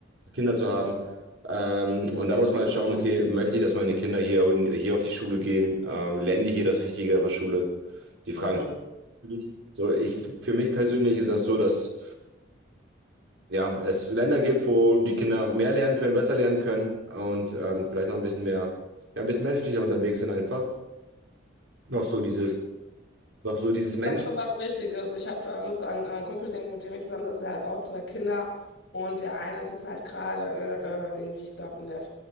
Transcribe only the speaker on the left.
Mhm.
Was Wichtiges. Ich hab da, musste an äh, einen Kumpel denken, mit dem ich zusammen sitze. Der hat auch zwei Kinder. Und der eine ist jetzt halt gerade äh, äh, irgendwie, ich glaube, in der,